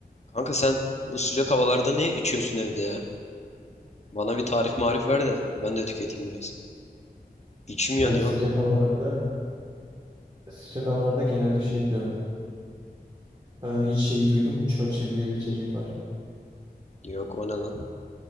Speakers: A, on the left (about 40°); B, on the right (about 25°).
A: Kanka sen bu sıcak havalarda ne içiyorsun evde ya? Bana bir tarif marif ver de ben de tüketeyim biraz. İçim yanıyor
B: Ya sıcak
A: oğlum.
B: havalarda sıcak havalarda genelde şey yapıyorum. Ee, hiç şeyi duydun mu? Churchill diye bir içecek var.
A: Yok o ne lan?